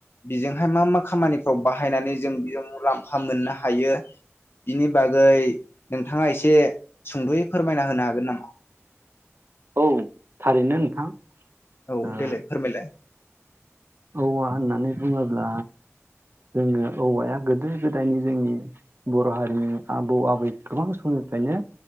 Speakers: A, on the left (about 45°); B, on the right (about 50°).
A: बेजोंहाय मा मा खामानिफ्राव बाहायनानै जों बेयाव मुलाम्फा मोननो हायो बिनि बागै नोंथाङा एसे सुंद'यै फोरमायना होनो हागोन नामा
B: औ थारैनो नोंथां
A: औ
B: ओ
A: देलाय फोरमायलाय
B: औवा होननानै बुङोब्ला जोङो औवाया गोदो गोदायनि जोंनि बर' हारिनि आबौ आबै गोबां समनिफ्रायनो